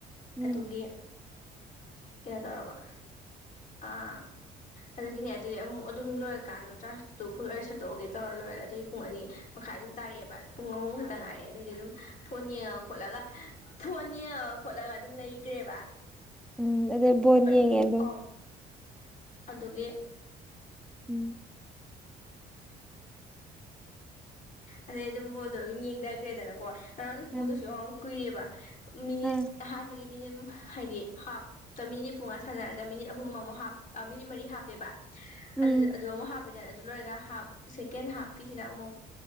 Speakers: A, in the centre; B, on the left (about 50°).
A: ꯎꯝ
B: ꯑꯗꯨꯒꯤ ꯀꯩꯅꯣ ꯇꯧꯔꯕ ꯑꯥ ꯑꯗꯨꯒꯤꯅꯦ ꯑꯗꯨꯏ ꯑꯃꯨꯛ ꯑꯗꯨꯝ ꯂꯣꯏꯔꯀꯥꯟꯗꯣ ꯇꯥꯔꯨ ꯐꯨꯠꯂꯣꯏꯔ ꯁꯠꯇꯣꯛꯑꯒꯦ ꯇꯧꯔ ꯂꯣꯏꯔꯒꯦ ꯑꯗꯨꯏ ꯄꯨꯡ ꯑꯅꯤ ꯃꯈꯥꯏ ꯑꯗꯨꯝ ꯇꯥꯔꯛꯑꯦꯕ ꯄꯨꯡ ꯑꯃꯃ ꯈꯛꯇꯪ ꯉꯥꯏꯑꯦ ꯑꯗꯨꯗꯩꯗꯤ ꯑꯗꯨꯝ ꯐꯣꯟ ꯌꯦꯡꯉꯒ ꯈꯣꯠꯂꯒ ꯐꯣꯟ ꯌꯦꯡꯉꯒ ꯈꯣꯠꯂꯒ ꯑꯗꯨꯝ ꯂꯩꯈ꯭ꯔꯦꯕ
A: ꯎꯝ ꯑꯗꯦ ꯚꯣꯅꯤꯉ
B: ꯑꯅꯤ
A: ꯑꯗꯨꯣ
B: ꯀꯥꯎꯔꯛ ꯑꯗꯨꯒꯤ
A: ꯎꯝ
B: ꯑꯗꯩ ꯑꯗꯨꯝ ꯕꯣꯜꯗꯣ ꯑꯗꯨꯝ ꯌꯦꯡꯊꯈ꯭ꯔꯦꯗꯅꯀꯣ ꯉꯔꯥꯡꯁꯨ
A: ꯎꯝ
B: ꯕꯣꯜꯗꯁꯨ ꯌꯥꯝ ꯀꯨꯏꯔꯦꯕ ꯃꯤꯅꯤꯠ
A: ꯑ
B: ꯑꯍꯥꯟꯕꯒꯤ ꯃꯤꯅꯤꯠ ꯍꯥꯏꯗꯤ ꯍꯥꯞ ꯃꯤꯅꯤꯠꯅꯤ ꯄꯨꯡꯉꯥ ꯁꯥꯟꯅꯔꯒ ꯃꯤꯅꯤꯠ ꯑꯍꯨꯝ ꯑꯃꯨꯛ ꯍꯥ ꯃꯤꯅꯤꯠ ꯃꯔꯤ ꯍꯥꯞꯄꯦꯕ
A: ꯎꯝ
B: ꯑꯗꯨ ꯑꯗꯨ ꯑꯃꯨꯛ ꯑꯗꯨ ꯂꯣꯏꯔꯒ ꯍꯥꯞ ꯁꯦꯀꯦꯟ ꯍꯥꯞꯀꯤꯁꯤꯗ ꯑꯃꯨꯛ